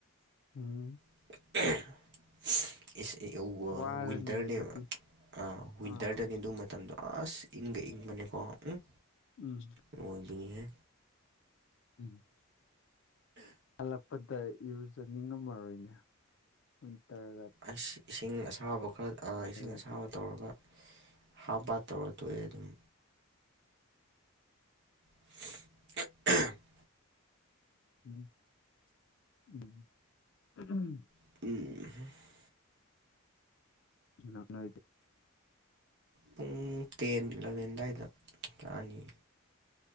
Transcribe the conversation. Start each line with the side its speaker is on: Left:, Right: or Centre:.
Left: ꯎꯝ
Right: <unintelligible> ꯏꯁ
Left: ꯋꯥꯔꯅꯤ
Right: ꯋꯤꯟꯇꯔꯅꯦꯕ
Left: ꯑꯗꯨꯗꯤ
Right: ꯋꯤꯟꯇꯔꯗꯅꯦ
Left: ꯑꯥ
Right: ꯑꯗꯨ ꯃꯇꯝꯗꯣ ꯑꯁ ꯏꯪꯒ ꯏꯪꯕꯅꯦꯀꯣ ꯎꯝ
Left: ꯎꯝ
Right: ꯑꯣꯏꯕꯅꯤꯍꯦ
Left: ꯎꯝ ꯍꯜꯂꯛꯄꯗ ꯏꯔꯨꯖꯅꯤꯡꯉꯝꯃꯔꯣꯏꯅꯦ ꯋꯤꯟꯇꯔꯒ
Right: ꯑꯩꯁ ꯏꯁꯤꯡ ꯑꯁꯥꯕ ꯈꯔ
Left: ꯑꯣꯏꯔꯗꯤ
Right: ꯏꯁꯤꯡ ꯑꯁꯥꯕꯗ ꯇꯧꯔꯒ ꯍꯥꯞ ꯕꯥꯠ ꯇꯧꯔꯥ ꯇꯣꯛꯑꯦ ꯑꯗꯨꯝ <unintelligible>
Left: ꯎꯝ ꯎꯝ
Right: ꯎꯝ
Left: ꯅꯛ ꯅꯣꯏꯗꯦ
Right: ꯄꯨꯡ ꯇꯦꯟ ꯏꯂꯚꯦꯟ ꯑꯗꯨꯋꯥꯏꯗ ꯂꯥꯛꯑꯅꯤ